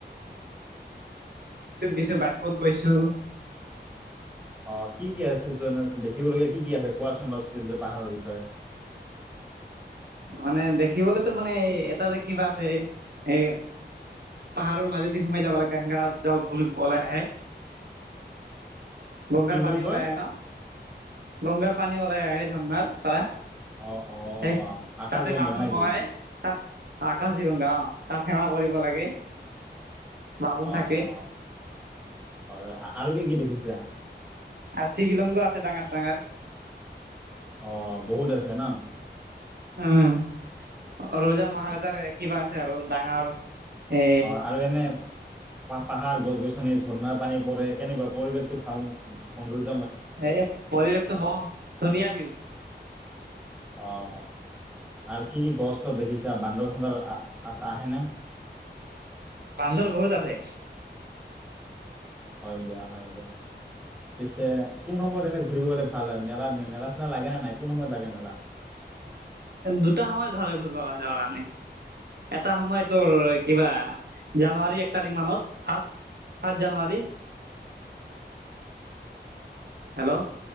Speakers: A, on the right; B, in the centre.
A: গৈছো বাইকত গৈছো।
B: অ কি কি আছিল? <inaudible> দেখিবলগীয়া কি কি আছে কোৱাচোন? <inaudible> যে পাহাৰৰ বিষয়ে।
A: মানে দেখিবলেতো মানে এটা যে কিবা আছে এ এ পাহাৰৰ মাজেদি সোমাই যাব লাগে <unintelligible> জল বুলি বল আহে। গংগাৰ
B: কি বুলি
A: পানী
B: কয়?
A: ওলাই আহে ন? গংগাৰ পানী ওলাই আহে, ঝৰণাৰ পাৰা।
B: অ', অ',
A: হে
B: আকাশগংগা
A: তাতে বামুণ
B: নেকি?
A: বহে। অ আকাজী গংগা আ। তাক সেৱা কৰিব লাগে। বামুণ
B: অ
A: থাকে
B: অ হয় আৰু কি কি দেখিছা
A: আৰু শিৱিলিংগ আছে ডাঙৰ ডাঙাৰ
B: অ বহুত আছে না
A: ওম ৰোজা মহাৰাজা কিবা আ আৰু ডাঙৰ এ
B: অ আৰু এনে পাহাৰ গছ গছনি ঝৰ্ণাৰ পানী পৰে কেনেকুৱা পৰিৱেশ টো ভাল সৌন্দৰ্য্য
A: এই পৰিৱেশটো ব ধুনীয়া ভিউ
B: আহ আৰু কি কি গড় চৰ দেখিছা বান্দৰ চান্দৰ আছো আহেনে
A: বান্দৰ বহুত আছে
B: হয় দিয়া হয় দিয়া পিছে কোন সময়ত এনে ঘূৰিবলে ভাল হয় মেলা মেলা চেলা লাগে নে নাই কোন সময়ত লাগে মেলা
A: দুটা সল ভাল ঘূৰিব কাৰণ যাব কাৰণে এটা সময় তোৰ কিবা জানুৱাৰী এক তাৰিখ মানত ফাৰ্ষ্ট ফাৰ্ষ্ট জানুৱাৰী হেল্ল'